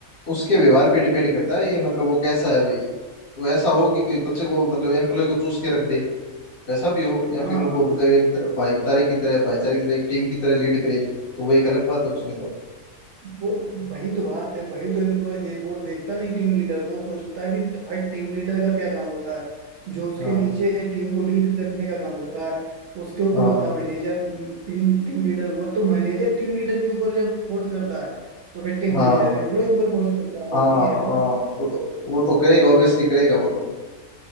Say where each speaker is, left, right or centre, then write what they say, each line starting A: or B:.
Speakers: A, on the left (about 45°); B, on the right (about 65°).
A: उसके व्यवहार पे डिपेंड करता
B: था।
A: है ये मतलब वो कैसा है भाई वो ऐसा हो कि भाई बच्चे
B: भाई
A: को मतलब एम्प्लॉय को चूस के रख दे वैसा भी हो या
B: हाँ
A: फिर उनको
B: हाँ
A: मतलब एक तरह भाईचारे की तरह भाईचारे की तरह एक टीम की तरह लीड करे तो वो एक अलग बात है उसमें तो
B: वो वही तो बात है वही तो एम्प्लॉय दे, वो देखता नहीं टीम लीडर वो सोचता है कि भाई टीम लीडर का क्या काम होता है जो उसके
A: हाँ
B: नीचे टीम को लीड करने का काम होता है उसके ऊपर
A: हाँ
B: होता है मैनेजर टीम टीम लीडर के ऊपर तो मैनेजर टीम लीडर के ऊपर जब फोर्स करता है तो फिर टीम
A: हाँ
B: लीडर एम्प्लॉय के ऊपर फोर्स करता है बात
A: हाँ
B: ये
A: हाँ
B: है ना
A: वो तो वो तो करेगा ऑब्वियसली करेगा वो तो